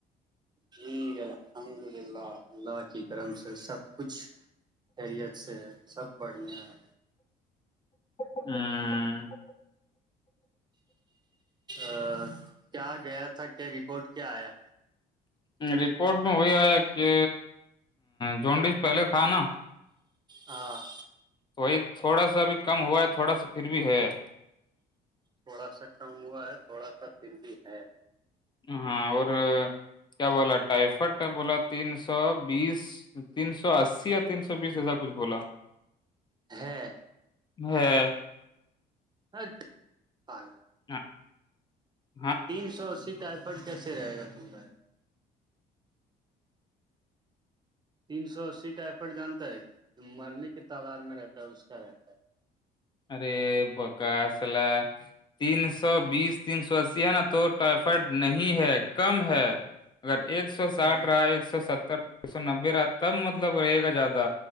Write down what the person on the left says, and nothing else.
ہوں
رپورٹ میں وہی آیا کہ جوانڈس پہلے تھا نا-
تو وہی تھوڑا سا ابھی کم ہوا ہے تھوڑا سا پھر بھی ہے-
ہاں اور کیا بولا ٹائفڈ بولا تین سو بیس- تین سو اسی یا تین سو بیس ایسا کچھ بولا-
ہاں
<unintelligible>
ارے بکا اصلہ- تین سو بیس, تین سو اسی ہے نا تو ٹائیفائڈ نہیں ہے کم ہے- اگر ایک سو
ساٹھ
رہا ایک سو ستر- ایک سو نبے را تب مطلب رہے گا زیادہ